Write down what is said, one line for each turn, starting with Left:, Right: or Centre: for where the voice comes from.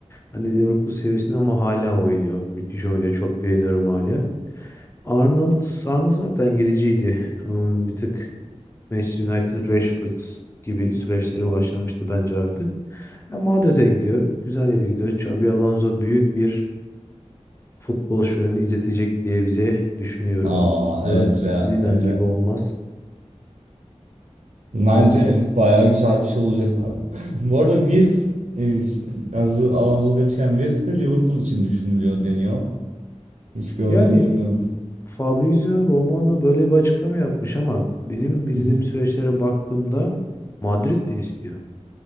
Left: Hani Liverpool seviyesinde ama hala oynuyor. Müthiş oynuyor. Çok beğeniyorum hala. Arnold, Arnold zaten gidiciydi. Onun bir tık Manchester United, Rashford gibi süreçleri başlamıştı bence artık. Ya Madrid'e gidiyor. Güzel yere gidiyor. Xabi Alonso büyük bir futbol şöleni izletecek diye bize düşünüyorum.
Right: Aa
Left: Umarım
Right: evet rea,
Left: Zidane
Right: re-
Left: gibi olmaz.
Right: Bence
Left: Göreceğiz. Yani
Right: bayağı güzel bir şey olacak abi. <laughs> <clears throat> Bu arada Wirtz e, işte yazdığı Alonso demişken Wirtz de Liverpool için düşünülüyor deniyor. Hiç gördüm
Left: Yani
Right: bilmiyorum.
Left: Fabrizio Romano böyle bir açıklama yapmış ama benim izlediğim
Right: <laughs>
Left: süreçlere baktığımda Madrid de istiyor.